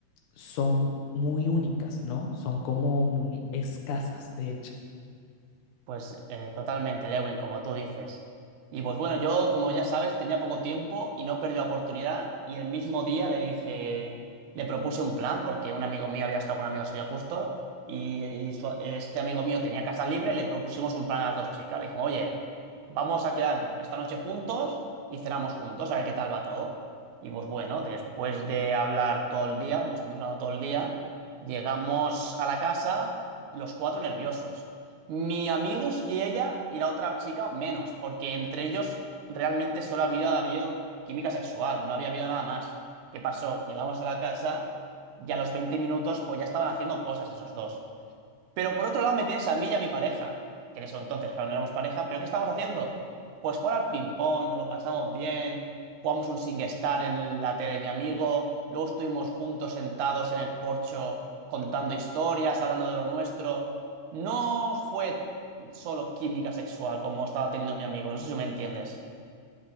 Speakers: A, on the left (about 80°); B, on the right (about 75°).
A: son muy únicas, ¿no? Son como muy escasas, de hecho.
B: Pues eh, totalmente, Lewin, como tú dices. Y pues bueno, yo, como ya sabes, tenía poco tiempo y no perdí la oportunidad. Y el mismo día le dije, le propuse un plan, porque un amigo mío había estado con un amigo suyo justo, y, y su- este amigo mío tenía casa libre, le propusimos un plan a las dos chicas. Le dijimos, oye, vamos a quedar esta noche juntos y cenamos juntos, a ver qué tal va todo. Y pues bueno, después de hablar todo el día, porque estuvimos hablando todo el día, llegamos a la casa los cuatro nerviosos. Mi amigo y y ella y la otra chica menos, porque entre ellos realmente solo había habido química sexual, no había habido nada más. ¿Qué pasó? Llegamos a la casa y a los 20 minutos pues ya estaban haciendo cosas esos dos. Pero por otro lado me tienes a mí y a mi pareja, que en eso entonces, claro, no éramos pareja, pero ¿qué estamos haciendo? Pues jugar al ping-pong, nos lo pasamos bien, jugamos un SingStar en la tele de mi amigo, luego estuvimos juntos sentados en el porcho contando historias, hablando de lo nuestro. No fue solo química sexual como estaba teniendo mi amigo, no sé si me entiendes.